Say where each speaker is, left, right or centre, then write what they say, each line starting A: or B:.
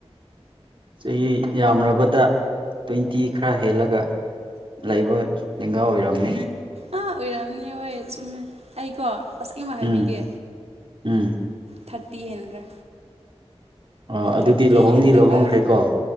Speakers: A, on the right; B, on the right.
A: ꯆꯍꯤ ꯌꯥꯝꯔꯕꯗ ꯇ꯭ꯋꯦꯟꯇꯤ ꯈꯔ ꯍꯦꯜꯂꯒ꯫ ꯂꯩꯕ ꯂꯦꯡꯒꯥ ꯑꯣꯏꯔꯝꯅꯤ꯫
B: ꯑꯥ ꯑꯣꯏꯔꯛꯑꯝꯅꯦ ꯍꯣꯏ ꯆꯨꯝꯃꯦ ꯑꯩꯀꯣ ꯑꯁ ꯑꯩꯃ ꯍꯥꯏꯕꯤꯒꯦ
A: ꯎꯝ ꯎꯝ
B: ꯊꯥꯔꯇꯤ ꯍꯦꯟꯈ꯭ꯔꯦ꯫
A: ꯑꯣ ꯑꯗꯨꯗꯤ
B: ꯊꯥꯔꯇꯤ
A: ꯂꯨꯍꯣꯡꯗꯤ
B: ꯍꯦꯜꯂꯒ
A: ꯂꯨꯍꯣꯡꯈ꯭ꯔꯦꯀꯣ